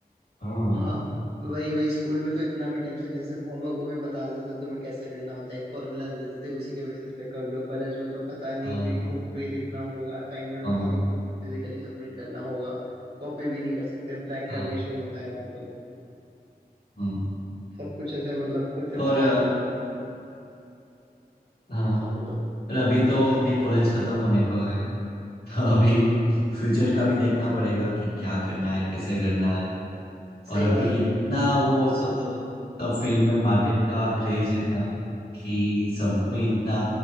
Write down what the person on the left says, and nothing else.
हाँ
हाँ
हाँ
हाँ
हाँ,
हम्म।
और
अ, हाँ
और अभी तो अभी कॉलेज खत्म होने को है <laughs> तो अभी फ्यूचर का भी देखना पड़ेगा कि क्या करना है कैसे करना है
और अभी
इतना
वो सब सब फील्ड में मार्केट का क्रेज है ना कि सब में इतना